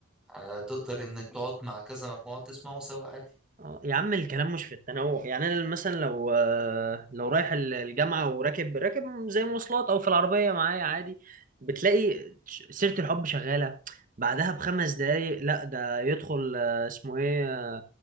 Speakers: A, in the centre; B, on the right.
A: آه، تقدر انك تقعد مع كذا مجموعه تسمعه سوا عادي
B: اه يا عم الكلام مش في التنوع يعني انا مثلا لو آه، لو رايح ال- الجامعه وراكب راكب زي مواصلات او في العربيه معايا عادي بتلاقي ش- سيره الحب شغاله بعدها بخمس دقايق لا ده يدخل آه، اسمه ايه آه،